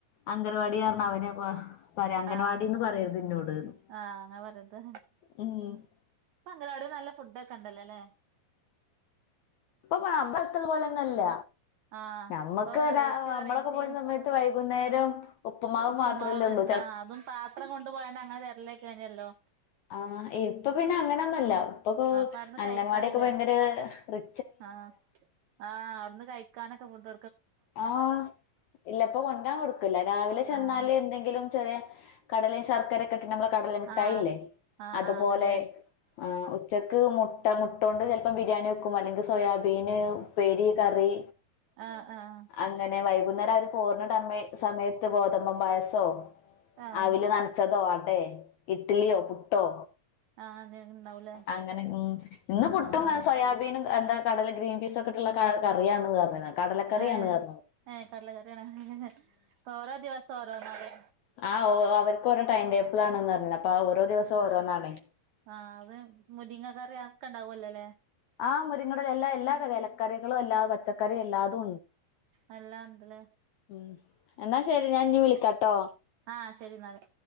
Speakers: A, on the left; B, on the right.
A: അംഗൻവാടി പറഞ്ഞ അവന് പറ അംഗൻവാടിന്ന്
B: ആഹ്
A: പറയരുത് എന്നോട്ന്ന്
B: ആഹ് അങ്ങനെ പറയര്ത്
A: ഉം
B: ഇപ്പൊ അംഗനവാടില് നല്ല ഫുഡ് ഒക്കെ ഉണ്ടല്ലോല്ലേ
A: ഇപ്പൊ <unintelligible> പോലെന്നല്ല
B: ആഹ്
A: നമ്മക്ക്ത
B: ഇപ്പൊ വെറൈറ്റി
A: നമ്മളൊക്കെ
B: വെറൈറ്റി
A: പോയിരുന്ന സമയത്ത് വൈകുന്നേരം ഉപ്പ്മാവ്
B: ഉപ്പുമാവ്
A: മാത്രമല്ലേള്ളൂ
B: ആഹ് അതും പാത്രം കൊണ്ട് പോയ അങ്ങനെ തരലേക്കനല്ലോ
A: ആഹ് ഇപ്പൊ പിന്നെ അങ്ങനെന്നല്ല ഇപ്പൊക്കെ
B: ആഹ് അപ്പൊ അവിടുന്ന്
A: അംഗൻവാടിയൊക്കെ
B: കഴിക്കാനില്ലേ
A: ഭയങ്കര റി
B: ആഹ് ആഹ് അവിടുന്ന് കഴിക്കാനൊക്കെ ഫുടൊടു
A: ആഹ് ഇല്ലപ്പൊ കൊണ്ടോൻ കൊടുക്കൂല രാവിലെ ചെന്നാല്
B: ആഹ്
A: എന്തെങ്കിലും ചെറിയ കടലയും ശർക്കരയക്കെ ഇട്ടിട്ട് നമ്മൾ കടല മിട്ടായില്ലേ
B: ആഹ് ആഹ്
A: അതുപോലെ
B: ആഹ് അതിലേ
A: ആഹ് ഉച്ചക്ക് മുട്ട മുട്ടൊണ്ട് ചെലപ്പം ബിരിയാണിവയ്ക്കും അല്ലെങ്കിൽ സോയാബീൻ ഉപ്പേരി കറി
B: ആഹ് ആഹ്
A: അങ്ങനെ വൈകുന്നേരം അവര് പോര്ണ്ണടമ്മ സമയത്ത് ഗോതമ്പം പായസോ
B: ആഹ്
A: അവിൽ നനച്ചതോ അടെ ഇഡ്ലിയോ പുട്ടോ
B: ആഹ് എന്തെങ്കിലും ഉണ്ടാവൂലേ
A: അങ്ങനെ ഉം ഇന്ന് പുട്ടും
B: ആഹ്
A: സോയാബീനും എന്താ കടല ഗ്രീൻ പീസ് ഒക്കെട്ടുള്ള കറിയന്ന് പറഞ്ഞ് കടലക്കറിയാണ്
B: ഏഹ്
A: പറഞ്ഞ്
B: ഏഹ് കടല കറിയാണ് ഓരോ ദിവസം ഓരോന്നാലെ
A: ആഹ് ഓഹ് അവർക്കു ഓരോ ടൈംടേബിൾ ആണെന്ന് പറഞ്ഞിന് അപ്പൊ ആഹ് ഓരോ ദിവസം ഓരോന്നാണെ.
B: ആഹ് അത് മുരിങ്ങ കറിയക്കെണ്ടാവല്ലോല്ലേ
A: ആഹ് മുരിങ്ങടും എല്ലാ എല്ലാ കറി ഇലക്കറികളും എല്ലാതും പച്ചക്കറി എല്ലാതു
B: നല്ലാണ്ടല്ലേ
A: ഉം എന്നാ ശരി ഞാൻ ഇഞ്ഞ് വിളിക്കാട്ടോ
B: ആഹ് ശരി ന്നാല്